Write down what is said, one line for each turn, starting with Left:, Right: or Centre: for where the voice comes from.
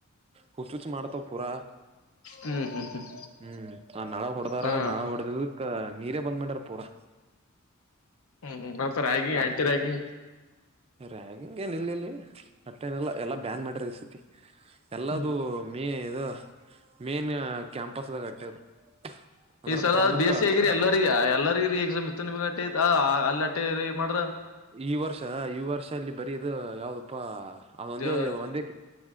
Right: ಹುಚ್ ಹುಚ್ ಮಾಡ್ತವ ಪೂರಾ
Left: ಹ್ಮ್ ಹ್ಮ್ ಹ್ಮ್
Right: ಹ್ಮ್ ಆ ನಳ ಹೊಡದಾರ
Left: ಹ
Right: ನಳ ಹೊಡೆ್ದ <inaudible> <unintelligible> ಅ ನೀರೇ ಬಂದ್ ಮಾಡಾರ ಪೂರಾ
Left: ಹ್ಮ ನ ರೈಗಿಂಗ್ ಆಂಟಿ ರೈಗಿಂಗ್
Right: ರ್ಯಂಗ ಏನ್ ಇಲ್ಲಿ ಇಲ್ಲಿ ಅಟ್ಟನೆಲ್ಲ ಎಲ್ಲಾ ಬ್ಯಾನ್ ಮಾಡ್ರ ಈಸತಿ ಎಲ್ಲದುೂ
Left: ಹ್ಮ್
Right: ಮೇ ಇದು ಮೇನ್ ಕ್ಯಾಂಪಸ್ದಾಗಟ್ಟೆ ಅದು ಅಂದ್ರ
Left: ಈ ಸಲ
Right: ಪ್ರಮುಖ
Left: ಬಿ ಎಸ್ ಸಿ ಆಗಿರಿ ಎಲ್ಲರಿಗ ಎಲ್ಲರಿಗ ರರಿ ಎಕ್ಸಾಮ್ ಇತ್ತು ನಿಮ್ಗ ಅಲ್ಲಟ್ಟೆ ಮಾಡ್ರ
Right: ಈ ವರ್ಷ ಈ ವರ್ಷ ಅಲ್ಲಿ ಬರೀ ಇದು ಯಾವ್ದಪ್ಪಾ ಅದ ಒಂದೇ
Left: ದೇವ
Right: ಒಂದೇ